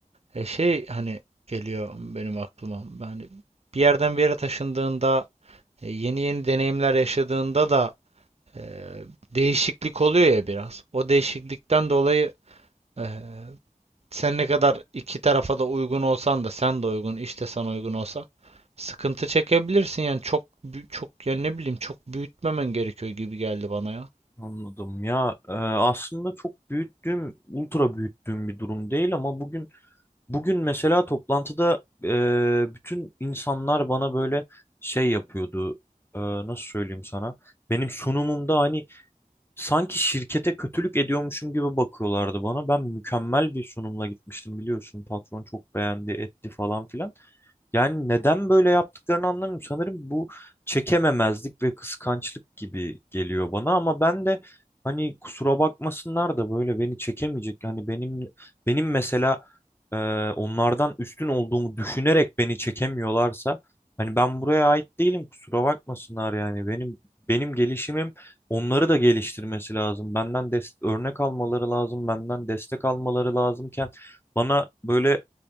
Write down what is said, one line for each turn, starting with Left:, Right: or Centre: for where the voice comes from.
Right: E şey hani geliyor benim aklıma. Yani bir yerden bir yere taşındığında, e, yeni yeni deneyimler yaşadığında da e, değişiklik oluyor ya biraz. O değişiklikten dolayı e, sen ne kadar iki tarafa da uygun olsan da sen de uygun, işte sana uygun olsa sıkıntı çekebilirsin yani çok bü- çok yani ne bileyim çok büyütmemen gerekiyor gibi geldi bana ya.
Left: Anladım ya e, aslında çok büyüttüğüm ultra büyüttüğüm bir durum değil ama bugün bugün mesela toplantıda e, bütün insanlar bana böyle şey yapıyordu E, nasıl söyleyeyim sana benim sunumumda hani sanki şirkete kötülük ediyormuşum gibi bakıyorlardı bana ben mükemmel bir sunumla gitmiştim biliyorsun patron çok beğendi etti falan filan. Yani neden böyle yaptıklarını anlamıyorum. Sanırım bu çekememezlik ve kıskançlık gibi geliyor bana ama ben de hani kusura bakmasınlar da böyle beni çekemeyecek. Hani benim benim mesela e, onlardan üstün olduğumu düşünerek beni çekemiyorlarsa hani ben buraya ait değilim kusura bakmasınlar yani benim benim gelişimim onları da geliştirmesi lazım. Benden dest- örnek almaları lazım, benden destek almaları lazımken bana böyle